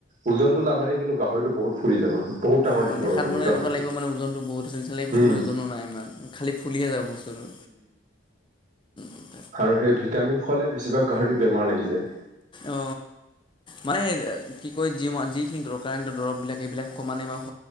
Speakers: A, on the right; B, on the left.
A: ওজনটো নাবাঢ়ে কিন্তু গাহৰিটো বহুত ফুৰি যাব বহুত ডাঙৰ
B: অঁহ
A: দেখি
B: দেখাত
A: পাবা তুমি
B: মানে
A: গাহৰিটো
B: এনেকুৱা লাগিব মানে ওজনতো বহুত আছে নিচিনা লাগিব
A: উম
B: কিন্তু ওজনো নাই ইমান খালি ফুলিহে যাব বস্তু। উম উম
A: আৰু সেই ভিটামিন খোৱালে বেছিভাগ গাহৰি বেমাৰ লাগি যায়।
B: অহ। মানে কি কয় যি যিখিনি দৰকাৰ দৰৱবিলাক ক্ৰমানে মানে ম